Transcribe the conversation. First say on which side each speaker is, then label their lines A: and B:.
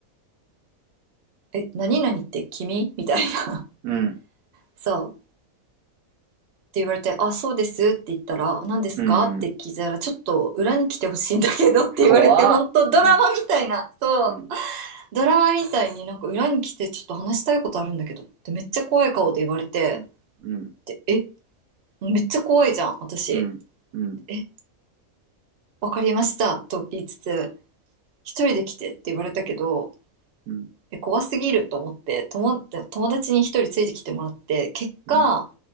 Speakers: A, on the right; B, on the right.
A: え何々って君?」みたいな
B: うん。
A: そう言われて、あ、そうですって言ったら、何ですかって聞いたら、
B: うん。
A: ちょっと裏に来てほしいんだけどって言われて、
B: 怖っ。
A: 本当ドラマみたいな、
B: うん、
A: そう、
B: うん、
A: ドラマみたいになんか裏に来てちょっと話したいことあるんだけどってめっちゃ怖い顔で言われて、
B: うん、うん、
A: で、え、めっちゃ怖いじゃん、私。
B: うん、うん、
A: え、わかりましたと言いつつ、一人で来てって言われたけど、
B: うん、
A: え怖すぎると思って友、友達に一人ついてきてもらって、結果、
B: うん、